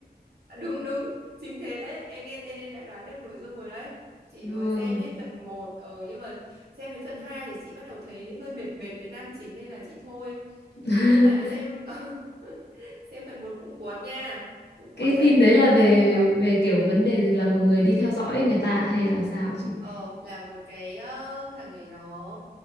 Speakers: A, on the right (about 65°); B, on the left (about 80°).
A: Đúng đúng, chính thế đấy, em nghe tên em đã đoán được nội dung rồi đấy. Chị
B: <laughs> vâng
A: mới xem hết phần một ờ nhưng mà xem đến phần 2 thì chị bắt đầu thấy hơi mệt mệt với nam chính nên là chị thôi.
B: <laughs>
A: Nhưng mà xem <laughs> xem phần một cũng cuốn nha, cũng cuốn
B: cái
A: đấy,
B: phim đấy
A: khi nào
B: là
A: em
B: về
A: xem thử đâu.
B: về kiểu vấn đề gì là một người đi theo dõi người ta hay là sao chị
A: Ờ là một cái ờ, thằng này nó